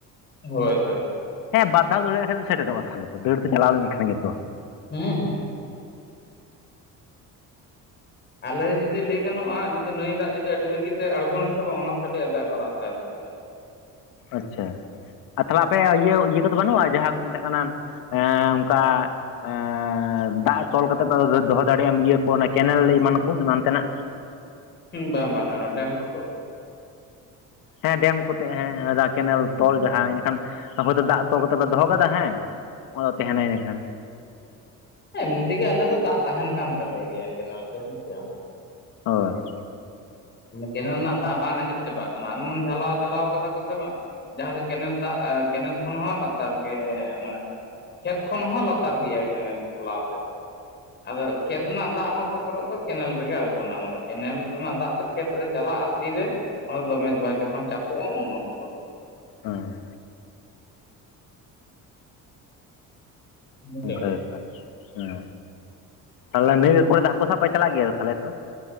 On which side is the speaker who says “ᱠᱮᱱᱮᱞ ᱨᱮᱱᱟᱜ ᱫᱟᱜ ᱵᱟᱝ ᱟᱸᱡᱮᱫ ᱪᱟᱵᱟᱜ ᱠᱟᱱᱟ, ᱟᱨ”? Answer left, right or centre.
Left